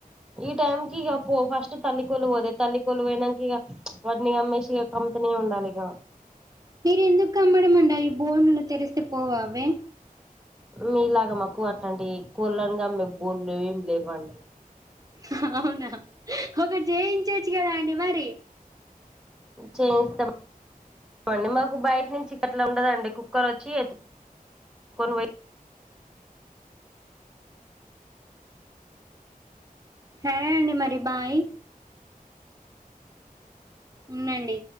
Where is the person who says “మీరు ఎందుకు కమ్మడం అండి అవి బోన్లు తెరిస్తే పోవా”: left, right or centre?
Right